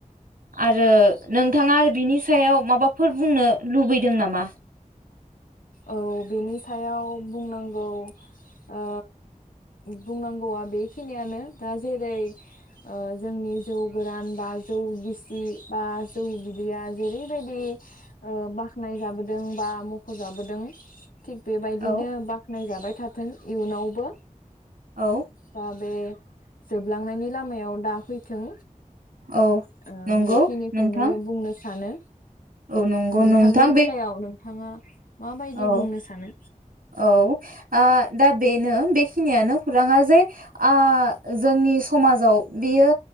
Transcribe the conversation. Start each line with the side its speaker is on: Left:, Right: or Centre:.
Right: आरो नोंथाङा आरो बिनि सायाव माबाफोर बुंनो लुबैदों नामा?
Left: औ बेनि सायाव बुंनांगौ ओ बुंनांगौआ बेखिनियानो दा जेरै ओ जोंनि जौ गोरान बा जौ गिसि बा जौ बिदैया जेरैबायदि ओ बाखनाय जाबोदों बा मख'जाबो दों थिग बेबायदिनो
Right: औ
Left: बाख्नाय जा थाबाय थाथों इयुनावबो
Right: औ
Left: दा बे जोबलांनायनि लामायाव दा फैथों
Right: औ
Left: ओं
Right: नंगौ
Left: बेखिनिखौनो
Right: नोंथां
Left: बुंनो सानो।
Right: औ नंगौ
Left: नोंथांनि
Right: नोंथां
Left: बेलायाव
Right: बे
Left: नों थाङा माबायदि
Right: औ
Left: बुंनो सानो?
Right: औ आ दा बेनो बेखिनियानो खौराङा जे आ जोंनि समाजाव बियो